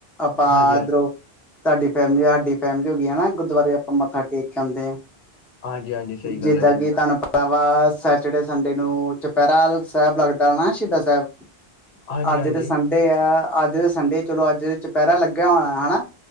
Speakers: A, in the centre; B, on the left.
A: ਆਪਾਂ
B: ਹਾਂਜੀ
A: ਇਧਰੋਂ ਤੁਹਾਡੀ ਫੈਮਿਲੀ, ਹਾਡੀ ਫੈਮਲੀ ਹੋ ਗਈ, ਹੈਨਾ ਗੁਰਦੁਆਰੇ ਆਪਾਂ ਮੱਥਾ ਟੇਕ ਕੇ ਆਉਂਦੇ ਹਾਂ।
B: ਹਾਂਜੀ ਹਾਂਜੀ ਸਹੀ
A: ਜਿੱਦਾਂ
B: ਗੱਲ ਹੈ ਸਹੀ
A: ਕਿ
B: ਗੱਲ
A: ਤੁਹਾਨੂੰ ਪ ਤਾ ਵਾ ਸੈਟਰਡੇ ਸੰਡੇ ਨੂੰ ਚੁਪਹਿਰਾ ਸਾਹਿਬ, ਲੱਗਦਾ ਨਾ ਸ਼ਹੀਦਾ ਸਾਹਿਬ।
B: ਹਾਂਜੀ
A: ਅੱਜ
B: ਹਾਂਜੀ
A: ਤਾਂ ਸੰਡੇ ਆ, ਅੱਜ ਸੰਡੇ ਚਲੋ ਅੱਜ ਚੁਪਹਿਰਾ ਲੱਗਿਆ ਹੋਣਾ ਹੈ ਹਨਾ?